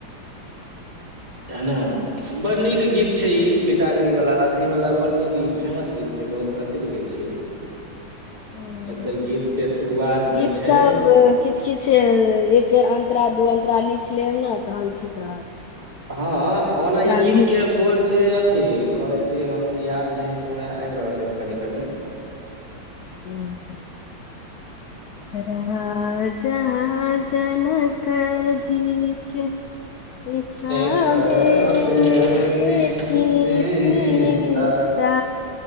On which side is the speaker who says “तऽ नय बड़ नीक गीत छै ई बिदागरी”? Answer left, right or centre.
Right